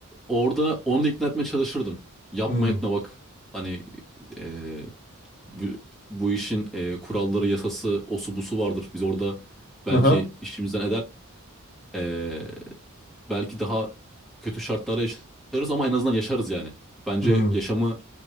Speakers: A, in the centre; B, on the left.
A: orada onu da ikna etmeye çalışırdım. Yapma
B: Hmm.
A: etme bak. Hani e, bu, bu işin e, kuralları, yasası, osu busu vardır. Biz orada belki
B: Aha.
A: işimizden ederler. Belki daha kötü şartlarda yaşarız ama en azından yaşarız yani. Bence
B: Hmm.
A: yaşamı